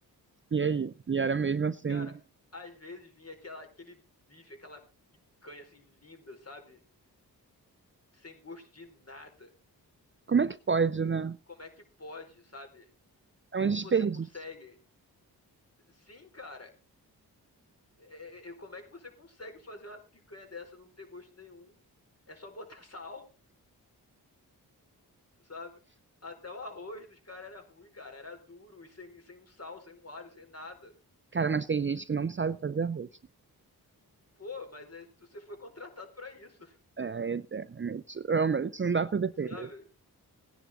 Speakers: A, on the right; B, on the left.
A: E aí? E era mesmo assim.
B: Cara, às vezes vinha aquela, aquele bife, aquela picanha assim linda, sabe? Sem gosto de nada.
A: Como é que pode, né?
B: Como é que pode, sabe?
A: É
B: Como
A: um desperdício.
B: você consegue? Sim, cara. é- é- é, como é que você consegue fazer uma picanha dessa não ter gosto nenhum? É só botar <laughs> sal, sabe? Até o arroz dos caras era ruim, cara. Era duro e sem, sem um sal, sem um alho, sem nada.
A: Cara, mas tem gente que não sabe fazer arroz.
B: Pô, mas é- você foi contratado pra isso,
A: É, é, realmente, realmente não dá pra defender.
B: <laughs> sabe?